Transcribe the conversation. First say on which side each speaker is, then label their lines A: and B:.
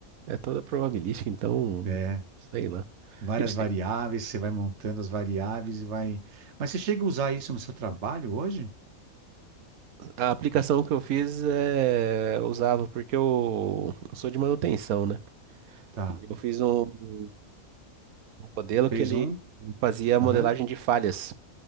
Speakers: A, on the right; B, on the right.
A: É toda probabilística, então.
B: É.
A: Sei lá.
B: várias
A: Eu sei-
B: variáveis, você vai montando as variáveis e vai. Mas você chega a usar isso no seu trabalho hoje?
A: A aplicação que eu fiz é, usava, porque eu, eu sou de manutenção, né?
B: Tá.
A: E Eu fiz um. um modelo
B: Fez
A: que ele
B: um?
A: fazia
B: Aham.
A: modelagem de falhas.